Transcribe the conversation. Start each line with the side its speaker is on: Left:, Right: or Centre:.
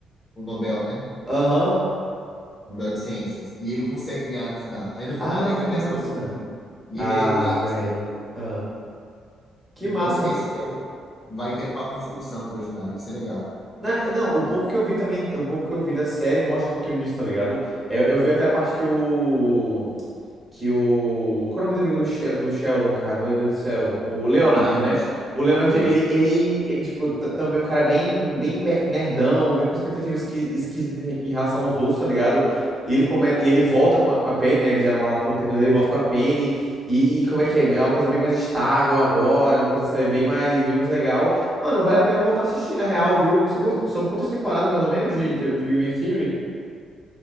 Left: o Nobel, né?
Right: aham.
Left: Nobel de Ciências. E ele consegue ganhar no final. Aí no final
Right: Ah,
Left: ele agradece
Right: que massa.
Left: todo mundo. E
Right: Ah,
Left: ele é egoísta.
Right: véi. Ah, que
Left: Então
Right: massa,
Left: esse que é, o- vai tendo uma construção do personagem. Isso é legal.
Right: Na- é, Não, o pouco que eu vi também, o pouco que eu vi da série mostra um pouquinho disso, tá ligado? Eu, eu vi até a parte que o, que o. Qual é o nome do amigo do, Shel- do Sheldon, cara? Meu Deus do céu. O Leonard,
Left: O Leonard,
Right: né? O Leonard,
Left: isso.
Right: ele, ele, ele tipo, t- também é um cara bem, bem me- nerdão, bem com expectativas esqui- esquisitas em em relação aos outros, tá ligado? E ele, come... e ele volta com a, com a Penny, né? ele já namoraram por um tempo, mas ele volta com a Penny. E, e como é que é? É uma coisa bem mais estável agora, é uma coisa, sabe, bem mais, bem mais legal. Mano, vale a pena voltar a assistir, na real, viu? São, quant- são quantas temporadas, mais ou menos, de, de Big Bang Theory?